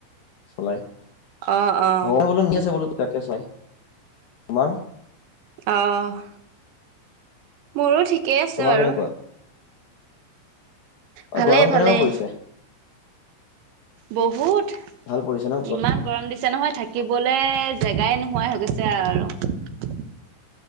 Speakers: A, on the left (about 70°); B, on the right (about 75°).
A: চলাই।
B: অ অ
A: হ বোলো নি আছে বোলো তাকে চাই, তোমাৰ
B: আহ মোৰো ঠিকেই আছে
A: তোমাৰ
B: বাৰু
A: কেনেকুৱা
B: ভালেই
A: অ গৰম
B: ভালেই
A: কেনেকুৱা পৰিছে?
B: বহুত।
A: ভাল পৰিছে ন
B: ইমান গৰম দিছে নহয় থাকিবলে জেগাই নোহোৱাই হৈ গৈছে। আৰু